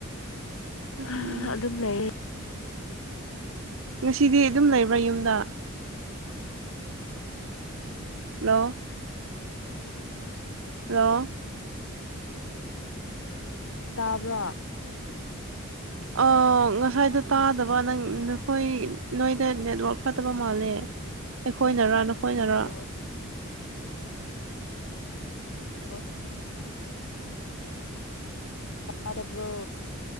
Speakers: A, on the left; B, on the right.
A: ꯍ
B: ꯎꯝ
A: ꯑꯗꯨꯝ ꯂꯩꯌꯦ
B: ꯉꯁꯤꯗꯤ ꯑꯗꯨꯝ ꯂꯩꯕ꯭ꯔꯥ ꯌꯨꯝꯗ ꯍꯂꯣ ꯍꯂꯣ
A: ꯇꯥꯕ꯭ꯔꯥ
B: ꯑ ꯉꯁꯥꯏꯗꯣ ꯇꯥꯗꯕ ꯅꯪ ꯅꯈꯣꯏ ꯅꯣꯏꯗ ꯅꯦꯠꯋꯥꯛ ꯐꯠꯇꯕ ꯃꯥꯜꯂꯦ ꯑꯩꯈꯣꯏꯅꯔ ꯅꯈꯣꯏꯅꯔ
A: ꯍꯜꯂꯣ ꯑꯣ ꯇꯗꯕ꯭ꯔꯣ